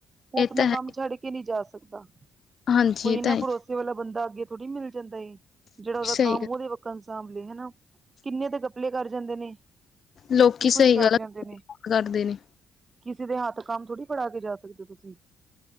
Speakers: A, on the right (about 30°); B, on the left (about 50°).
A: ਉਹ
B: ਇਹ
A: ਆਪਣਾ
B: ਤਾਂ ਹੈ
A: ਕੰਮ ਛੱਡ ਕੇ ਨਹੀਂ ਜਾ ਸਕਦਾ,
B: ਹਾਂਜੀ
A: ਕੋਈ ਇਹ ਨਾ
B: ਤਾਂ ਹੈ
A: ਭਰੋਸਾ ਸੇ ਵਾਲਾ ਬੰਦਾ ਅੱਗੇ ਥੋੜੀ ਮਿਲ ਜਾਂਦਾ ਏ, ਜਿਹੜਾ ਉਹਦਾ
B: ਸਹੀ
A: ਕੰਮ
B: ਗੱਲ
A: ਉਹਦੇ ਵਾਂਗ ਸਾਂਭ ਲਏ ਹਨਾ। ਕਿੰਨੇ ਦੇ ਗੱਪਲੇ ਕਰ ਜਾਂਦੇ ਨੇ,
B: ਲੋਕੀ
A: ਕੀ
B: ਸਹੀ
A: ਕੁਛ ਕਰ
B: ਗੱਲ
A: ਜਾਂਦੇ ਨੇ।
B: ਕਰਦੇ ਨੇ
A: ਕਿਸੇ ਦੇ ਹੱਥ ਕੰਮ ਥੋੜ੍ਹੀ ਫੜਾ ਕੇ ਜਾ ਸਕਦੇ ਹੋ ਤੁਸੀਂ।